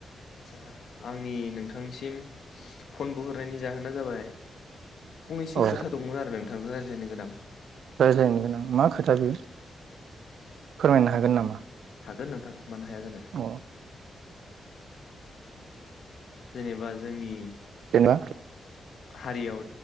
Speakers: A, on the left (about 65°); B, on the right (about 80°).
A: आचसा आंनि नोंथांसिम फन बुहरनायनि जाहोना जाबाय फंनैसो
B: औ
A: खोथा दंमोन आरो नोंथांजों रायज्लायनो गोनां
B: रायज्लायनो गोनां मा खोथा बेयो फोरमायनो हागोन नामा
A: हागोन नोंथां मानो हाया जानो
B: अ
A: जेनेबा जोंनि
B: जेनेबा
A: हारियाव